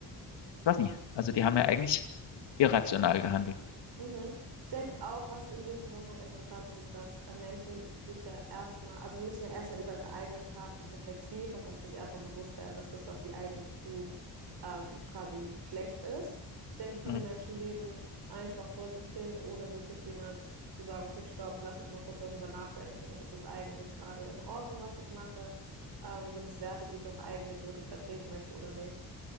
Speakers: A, on the left; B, on the right.
A: ich weiß nicht, also die haben ja eigentlich irrational gehandelt.
B: Mhm. Ich denke auch, was in dem Zusammenhang interessant ist, ist, dass äh, Menschen sich ja erstmal, also sie müssen ja erstmal über ihre eigenen Taten reflektieren und sich erstmal bewusst werden, dass das, was sie eigentlich tun, ähm, quasi schlecht ist. Ich denke, viele
A: Ja.
B: Menschen leben einfach vor sich hin, ohne wirklich jemals zu sagen, okay, stopp, lass mich mal kurz darüber nachdenken. Ist es eigentlich gerade in Ordnung, was ich mache? Ähm, sind es Werte, die ich auch eigentlich wirklich vertreten möchte oder nicht?